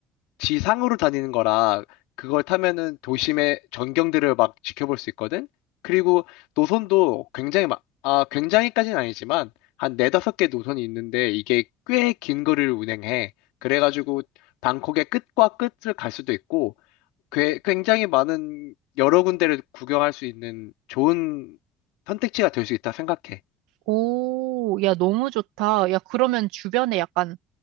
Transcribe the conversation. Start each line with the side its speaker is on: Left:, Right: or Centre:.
Left: 지상으로 다니는 거라 그걸 타면은 도심의 전경들을 막 지켜볼 수 있거든? 그리고 노선도 굉장히 막, 아, 굉장히까지는 아니지만 한 네다섯 개 노선이 있는데 이게 꽤 긴 거리를 운행해. 그래가지고 방콕의 끝과 끝을 갈 수도 있고 괴- 굉장히 많은 여러 군데를 구경할 수 있는 좋은 선택지가 될 수 있다 생각해.
Right: 오, 야, 너무 좋다. 야, 그러면 주변에 약간,